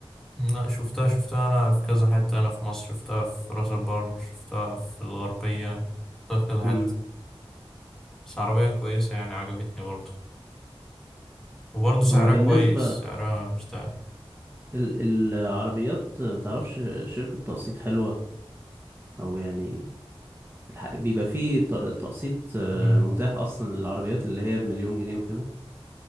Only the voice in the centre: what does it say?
لا شفتها شفتها أنا في كذا حتة أنا في مصر شفتها في راس البر شفتها في الغربية شفتها في كذا
حتة بس عربية كويسة يعني عجبتني برضه وبرضه سعرها
كويس سعرها مش ده
مم.